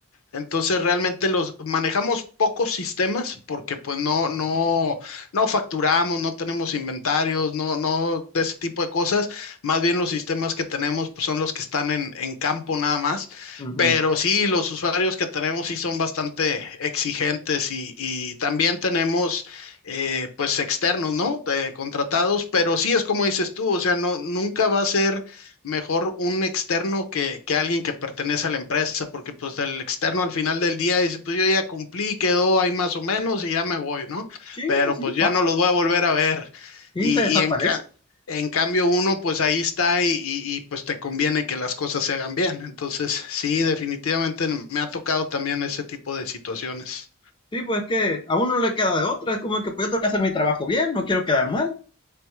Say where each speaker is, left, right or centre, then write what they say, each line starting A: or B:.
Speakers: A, on the left; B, on the left.
A: Entonces realmente los manejamos pocos sistemas porque pues no, no, no facturamos, no tenemos inventarios, no, no de ese tipo de cosas. Más bien los sistemas que tenemos pues son los que están en, en campo nada más.
B: Ujú.
A: Pero sí, los usuarios que tenemos sí son bastante exigentes y, y también tenemos eh, pues externos, ¿no? Eh, contratados, pero sí es como dices tú, o sea, no, nunca va a ser mejor un externo que, que alguien que pertenece a la empresa, porque pues el externo al final del día dice, pues yo ya cumplí, quedó ahí más o menos y ya me voy, ¿no?
B: Sí,
A: Pero
B: así
A: pues
B: de
A: ya
B: fácil.
A: no los voy a volver a ver.
B: Sí,
A: Y,
B: se desaparece.
A: y en, ca- en cambio uno pues ahí está y, y- y, pues te conviene que las cosas se hagan bien. Entonces, sí, definitivamente me ha tocado también ese tipo de situaciones.
B: Sí, pues es que a uno no le queda de otra, es como que pues yo tengo que hacer mi trabajo bien, no quiero quedar mal,